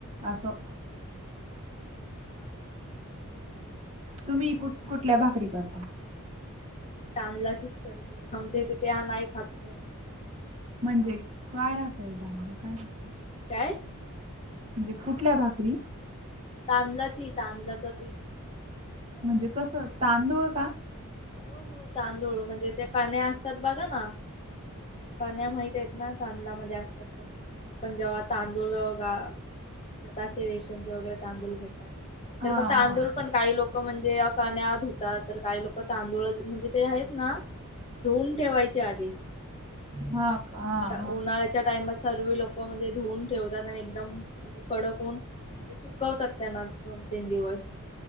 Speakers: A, on the right; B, on the left.
A: अससं.
B: <unintelligible> आमच्या
A: तुम्ही कुठ
B: इकडे
A: कुठल्या भाकरी करता.
B: ी तांदलाच करते आमच्या तिथे हा नाही खातकण
A: म्हणजे काय राहतायदा आमला काय राहत.
B: काय?
A: म्हणजे कुठल्या भाकरी
B: तांदलाची तांदलाच पीठ
A: म्हणजे कसं तांदूळ का?
B: हो हो तांदोळू म्हणजे ते काण्या असतात बघा ना. कण्या माहित आहेत ना तांदलामध्येध्ये असतात त्या छोट्या. पण जेव्हा तांदूळ गा म्हणज ते रेशनचे वगैरे तांदूळ भेटतात.
A: हा
B: तर मग तांदूळ
A: हा हा
B: पण काही लोक म्हणजे अ काण्यात धुतात तर काही लोक प तांदूळा म्हणजे ते आहेत ना धुऊून ठेवायचे आधी
A: हा का
B: आता
A: हा.
B: उन्हाळ्याच्या टाइमात सर्व लोक म्हणजे धुऊन ठेवतात आणि एकदम म्हणजे कडक होन. म्हणजे सुकवतात त्यांना दोन तीन दिवस